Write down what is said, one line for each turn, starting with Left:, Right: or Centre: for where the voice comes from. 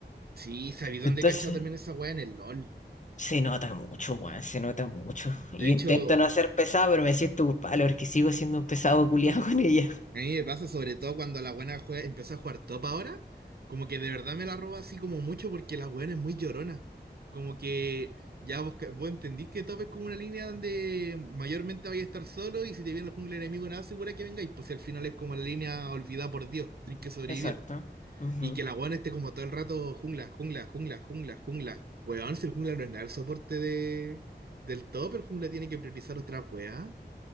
Right: Sí, sabí dónde
Left: Entonces
Right: he cachado también esa weá en el LOL.
Left: se nota mucho, weón, se nota mucho.
Right: De
Left: Yo
Right: hecho,
Left: intento no ser pesado, pero me siento culpable porque sigo siendo un pesado culiado con ella.
Right: a mí me pasa sobre todo cuando la buena juega, empieza a jugar top ahora, como que de verdad me la roba así como mucho porque la buena es muy llorona. Como que ya vos, ca- vos entendís que top es como una línea donde mayormente vais a estar solo y si te viene el jungla enemigo nada segura que vengáis, pues si al final es como la línea olvidada por Dios, tenés que sobrevivir.
Left: Exacto. Ujú.
Right: Y que la weón esté como todo el rato jungla, jungla, jungla, jungla, jungla. Weón, si el jungla no es nada el soporte de, del top, el jungla tiene que priorizar otra weá.